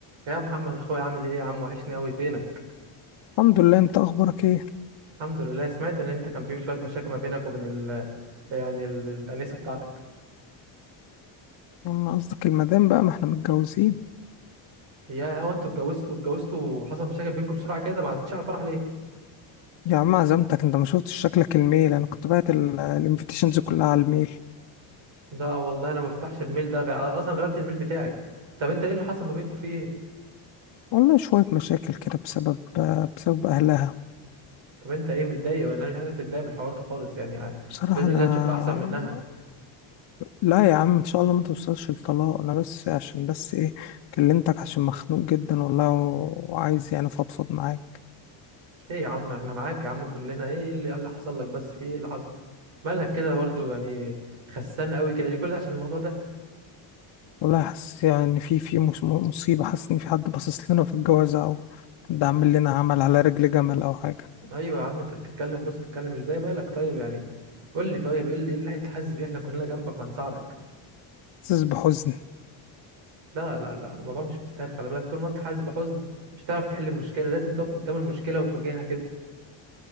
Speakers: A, on the right; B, on the left.
A: يا محمد اخويا عامل ايه يا عم وحشني قوي فينك
B: الحمد لله انت اخبارك ايه
A: الحمد لله سمعت ان انت كان في شويه مشاكل ما بينك وبين ال... يعني ال... الانسه بتاعتك
B: يا عم قصدك المدام بقى ما احنا متجوزين
A: يا هو انتوا اتجوزتوا اتجوزتوا وحصل مشاكل بينكم بسرعه كده ما عزمتش على الفرح ليه
B: يا عم عزمتك انت ما شفتش شكلك الميل انا كنت باعت الانفيتيشنز كلها على الميل
A: لا والله انا ما بفتحش الميل ده غ... اصلا غيرت الميل بتاعي طب انت ايه اللي حصل ما بينكم فيه ايه
B: والله شوية مشاكل كده بسبب بسبب اهلها
A: طب انت ايه متضايق ولا أنا مش عايزك تتضايق من الحوار ده خالص يعني آه،
B: بصراحة
A: باذن
B: انا
A: الله تشوف احسن منها
B: لا يا عم ان شاء الله ما توصلش لطلاق انا بس عشان بس ايه كلمتك عشان مخنوق جدا والله وعايز يعني فضفض معاك
A: ايه يا عم احنا معاك يا عم كلنا ايه اللي, إيه اللي حصل لك بس في ايه اللي حصل مالك كده برضو يعني خسان قوي كده ليه كل ده عشان الموضوع ده
B: والله حاسس يعني ان في في مص- مصيبة حاسس ان في حد باصص لنا في الجوازة او حد عامل لنا عمل على رجل جمل او حاجة
A: ايوه يا عم انت بتتكلم بص بتتكلم ازاي مالك طيب يعني قول لي طيب ايه اللي إيه اللي انت حاسس بيه احنا كلنا جنبك وهنساعدك
B: حاسس بحزن
A: لا لا لا الموضوع مش مستاهل خلي بالك طول ما انت حاسس بحزن مش هتعرف تحل المشكله لازم تقف قدام المشكله وتواجهها كده